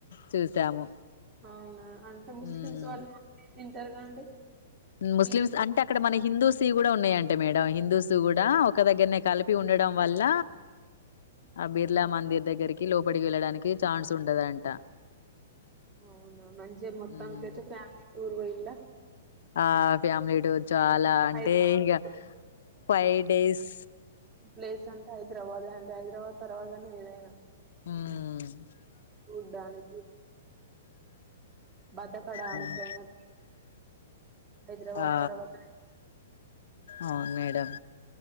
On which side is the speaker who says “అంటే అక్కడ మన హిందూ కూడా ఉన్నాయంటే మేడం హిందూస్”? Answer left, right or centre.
Left